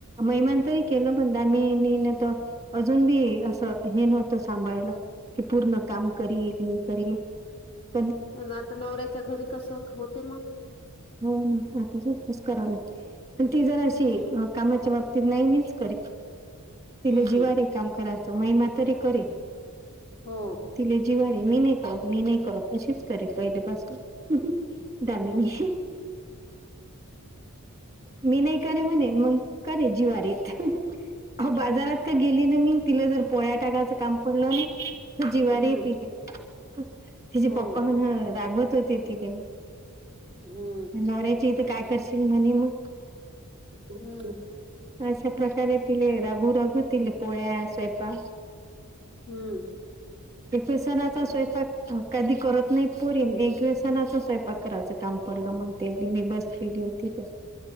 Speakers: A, on the right (about 15°); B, on the left (about 25°).
A: महिमान तरी केलं म्हण द मी नेण त अजून बी असं हे नव्हतं सांभाळयला क पूर्ण काम कर नाही कर
B: आणि आता नवऱ्याच्या घरी कसं होते मग
A: हो ना आता सच कराव लागते प ती जर अशी
B: हम्म
A: कामाच्या बाबतीत नाही मच करे तिला
B: हम्म
A: जिवारे काम करायच महिमा तरी करे
B: हो
A: तिले जिवारे मी नाही मी नाही करत तशीच करे पहिले पाासून दामिनी
B: हम्म
A: मी नाही करे म्हणेन मग करे जीवारीेत हो बाजारात का गेली ना मी तिला जर पोळ्या टाकायचं काम पडलं ना तर जिवारी
B: हम्म
A: तिले तिचे
B: हो
A: पप्पा हण रागवत होते तिने
B: हम्म.
A: नवऱ्याची इथं काय करशील म्हणे मग
B: हम्म.
A: अशा प्रकारे तिले रागू रागू ति पोळ्या स्वयंपा
B: हम्म.
A: एकविसनाचा स्वयंपाक कधी करत नाही परीन एकविसनाचा स्वयंपाक कराच काम पडलं मग ते मी बसलेली होती तर